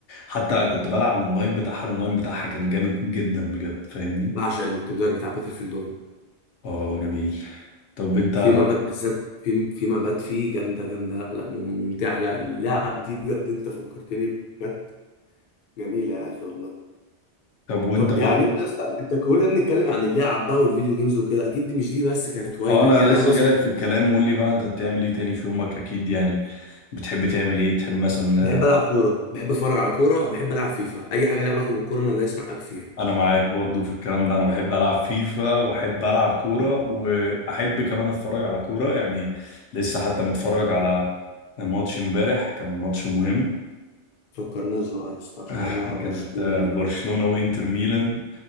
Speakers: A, on the left; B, on the left.
A: وحتى كنت بلعب الأونلاين بتاعها الأونلاين بتاعها كان جامد جدا بجد فاهمني؟
B: بعشق الملتي بلاير بتاع باتل فيلد 1
A: اه جميل طب انت
B: في مبات بالذات في في مبات فيه جامده جامده لا لا مم- ممتعه لا اللعب دي بجد انت فكرتني بجد جميله يا اخي والله
A: طب وانت
B: طب
A: برضو
B: يعني انت لسه انت كلنا بنتكلم عن اللعب بقى والفيديو جيمز وكده اكيد دي مش دي بس كانت هوايتك
A: اه انا
B: يعني
A: لسه
B: انا مثلا
A: جالك في الكلام وقول لي بقى انت بتعمل ايه تاني في يومك اكيد يعني بتحب تعمل ايه بتحب مثلا
B: بحب العب كوره بحب اتفرج على كوره بحب العب فيفا اي حاجه ليها علاقه بالكوره انا دايس معاك فيها
A: انا معاك برضو في الكلام ده انا بحب العب فيفا واحب العب كوره واحب كمان اتفرج على كوره يعني لسه حتى متفرج على ماتش امبارح كان ماتش مهم
B: فكرناش بقى يا اسطى
A: <laughs>
B: عشان
A: آه،
B: انا برشلوني
A: كانت آه، برشلونه
B: فاهم
A: وانتر ميلان